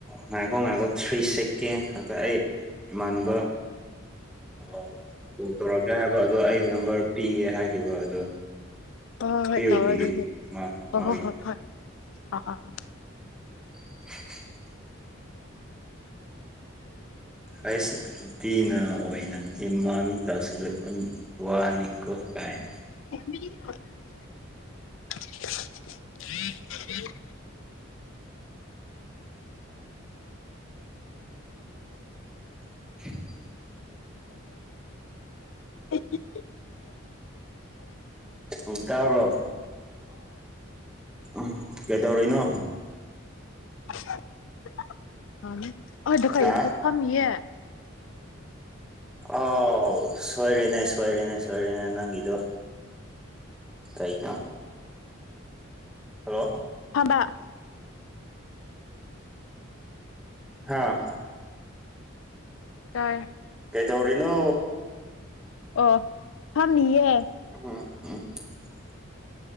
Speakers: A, in the centre; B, on the left.
A: ꯉꯥꯏꯈꯣ ꯉꯥꯏꯈꯣ ꯊ꯭ꯔꯤ ꯁꯦꯦꯛꯀꯦ ꯈꯛꯇ ꯑꯩ ꯏꯃꯥꯟꯅꯕ ꯑꯣ ꯀꯣꯜ ꯇꯧꯔꯛꯀꯦ ꯍꯥꯏꯕ ꯑꯗꯣ ꯑꯩ ꯅꯝꯕꯔ ꯄꯤꯒꯦ ꯍꯥꯏꯈꯤꯕ ꯑꯗꯣ
B: ꯍꯣꯏ ꯍꯣꯏ ꯍꯣꯏ
A: ꯀ ꯑꯣꯈꯤꯈꯤꯒꯦ
B: ꯇꯧꯔꯣ ꯑꯗꯨꯗꯤ
A: ꯋꯥ
B: ꯍꯣꯏ
A: ꯋꯥ
B: ꯍꯣꯏ ꯍꯣꯏ ꯍꯣꯏ ꯑꯥ ꯑꯥ ꯑ
A: <inaudible> ꯑꯩꯁ ꯅꯨꯄꯤꯅ ꯑꯣꯏꯅ ꯗꯤꯃꯥꯟ ꯇꯥꯁꯤꯜꯂꯛꯄ ꯋꯥꯅꯤꯀꯣ ꯀꯥꯏꯟ
B: ꯝ <unintelligible>
A: <unintelligible>
B: <unintelligible>
A: ꯎꯝ ꯇꯥꯕ꯭ꯔꯣ ꯎꯝ ꯀꯩꯗꯧꯔꯤꯅꯣ
B: <unintelligible>
A: ꯍꯥ
B: ꯐꯝꯃꯤꯌꯦ
A: ꯑꯥꯎ ꯁꯣꯏꯔꯦꯅꯦ ꯁꯣꯏꯔꯦꯅꯦ ꯁꯣꯏ__ ꯁꯣꯏꯔꯦꯅꯦ ꯅꯪꯒꯤꯗꯣ ꯀꯩꯅꯣ ꯍꯜꯂꯣ
B: ꯐꯥꯝꯕ
A: ꯍꯥꯥ
B: ꯇꯥꯏꯌꯦ
A: ꯀꯩꯗꯧꯔꯤꯅꯣ
B: ꯑꯣ ꯐꯝꯃꯤꯌꯦ
A: <unintelligible>